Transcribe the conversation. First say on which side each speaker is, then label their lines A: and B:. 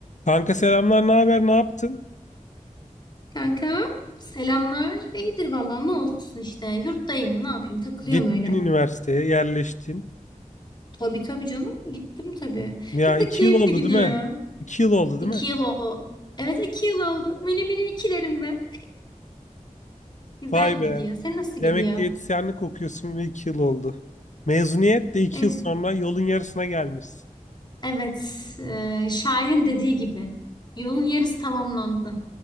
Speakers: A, on the left (about 65°); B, on the left (about 35°).
A: Kanka selamlar, ne haber, ne yaptın?
B: Kanka selamlar. İyidir valla ne olsun işte. Yurttayım ne yapayım takılıyorum
A: Gittin
B: öyle.
A: üniversiteye, yerleştin.
B: Tabii tabii canım gittim tabii.
A: Ya
B: Çok
A: iki
B: da keyifli
A: yıl oldu
B: gidiyor.
A: değil mi? İki yıl oldu
B: İki
A: değil mi?
B: yıl o. Evet iki yıl oldu. Mini mini ikilerim ben. Güzel
A: Vay be.
B: gidiyor. Sen nasıl
A: Demek
B: gidiyor?
A: diyetisyenlik okuyorsun ve iki yıl oldu. Mezuniyet de iki
B: Evet.
A: yıl sonra yolun yarısına gelmişsin.
B: Evet. e, şairin dediği gibi. Yolun yarısı tamamlandı.